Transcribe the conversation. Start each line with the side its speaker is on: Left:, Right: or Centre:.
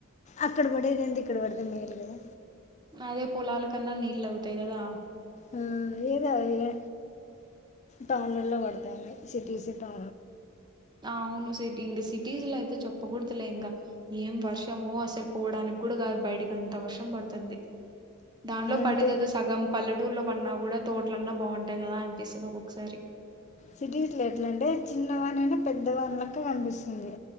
Left: అక్కడ పడేదెంది ఇక్కడ పడితే మేల్ కదా
Right: అదే పోలాల కన్నా నీళ్ళు అవుతాయి కదా
Left: ఆ ఏదో ఎ టౌన్లో పడతయి సిటీస్ ద
Right: అవును సిటీ ఇంగ సిటీస్ లో అయితే చెప్పకూడదులే ఇంగ ఏం వర్షమో అసలు పోవడానికి కూడా బయటకి అంత వర్షం పడుతుంది దానిలో
Left: అంటే
Right: పెడేదేదో సగం పల్లె టూరులో పన్నా కూడా తోటలన్నా బాగుంటాయి కదా అనిపిస్తది ఒక్కొక్కసారి
Left: సిటీస్ లో ఎట్లా అంటే చిన్న వాన అయినా పెద్ద వాన్ లక్క కనిపిస్తుంది